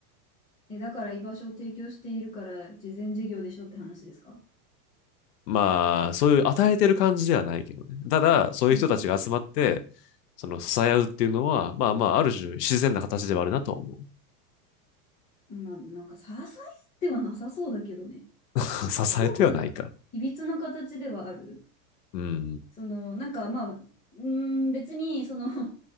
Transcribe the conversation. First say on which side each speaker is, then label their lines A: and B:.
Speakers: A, on the left (about 15°); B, on the left (about 80°).
A: え、だから居場所を提供しているから慈善事業でしょって話ですか
B: まあ、そういう与えてる感じではないけどね。ただ、そういう人たちが集まって、
A: うん。
B: その支え合うっていうのは、まあまあ、ある種自然な形ではあるなと思
A: まあ、なんか、支えてはなさそうだけどね。
B: う。<laughs> 支えてはないか。
A: すごく、いびつな形ではある。
B: うん。
A: その、なんか、まあ、うーん、別に、その、<laughs>